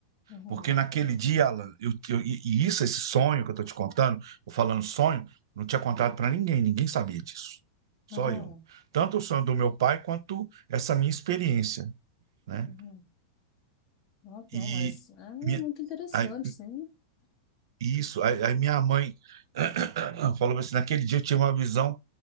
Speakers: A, on the left; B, on the right.
A: aham,
B: Porque naquele dia, Alan, eu, eu- e e isso, esse sonho que eu tô te contando, ou falando sonho, não tinha contado para ninguém, ninguém sabia disso. Só
A: aham.
B: eu. Tanto o sonho do meu pai quanto essa minha experiência, né?
A: aham. Nossa,
B: E
A: não, mas é muito
B: minha,
A: interessante,
B: aí-
A: sim.
B: isso, aí, aí minha mãe <clears throat> falou assim: naquele dia eu tive uma visão